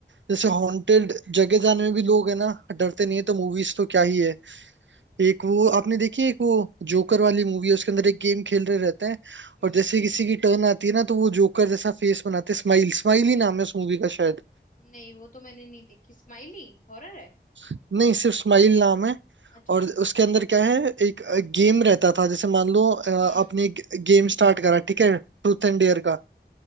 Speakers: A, on the right; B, on the left.
A: जैसे हॉन्टेड जगह जाने में भी लोग है ना डरते नहीं है तो मूवीज तो क्या ही है एक वो आपने देखी है, एक वो जोकर वाली मूवी है उसके अंदर एक गेम खेल रहे रहते हैं
B: हम्म
A: और जैसे ही किसी की टर्न आती है ना तो वो जोकर जैसा फेस बनाते हैं स्माइल स्माइल ही नाम है उस मूवी का शायद
B: नहीं वो तो मैंने नहीं देखी स्माइली हॉरर है
A: नहीं सिर्फ स्माइल नाम है
B: अच्छा
A: और उसके अंदर क्या है एक गेम रहता था जैसे मान लो अ, आपने
B: हम्म
A: एक गेम स्टार्ट करा ठीक है ट्रूथ एंड डेयर का